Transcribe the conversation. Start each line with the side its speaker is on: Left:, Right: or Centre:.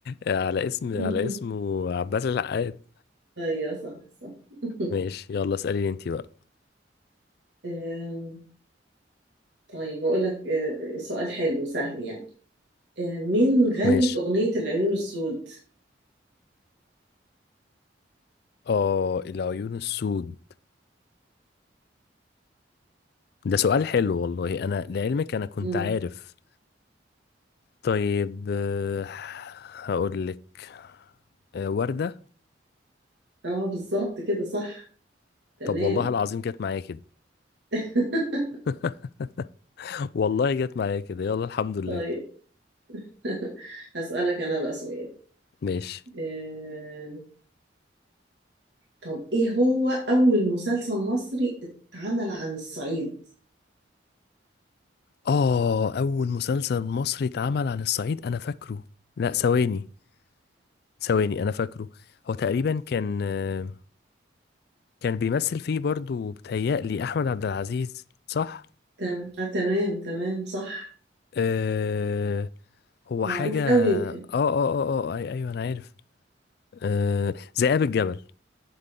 Left: على اسم
Right: <laughs>
Left: على اسمه عباس العقاد
Right: ايوه صح صح <laughs>
Left: ماشي يلا اسأليني انت بقى
Right: آم، طيب اقول لك آه، سؤال حلو سهل يعني آه، مين غنت
Left: ماشي
Right: اغنية العيون السود
Left: اه العيون السود ده سؤال حلو والله انا لعلمك انا كنت
Right: مم.
Left: عارف طيب آه، هقول لك آه، وردة
Right: اه بالظبط كده صح تمام
Left: طب والله العظيم جت معايا كده
Right: <laughs>
Left: <laughs> والله جت معايا كده يلا الحمد لله
Right: طيب <laughs> هسألك انا بقى سؤال
Left: ماشي
Right: آه، طب ايه هو اول مسلسل مصري اتعمل عن الصعيد
Left: اه اول مسلسل مصري اتعمل عن الصعيد انا فاكره لا ثواني ثواني انا فاكره هو تقريبا كان آه، كان بيمثل فيه برضو بتهيألي احمد عبد العزيز صح
Right: تمام آه تمام تمام صح
Left: آه هو
Right: معروف
Left: حاجة اه
Right: قوي يمكن
Left: اه اه اه آه، أي ايوه انا عارف آه ذئاب الجبل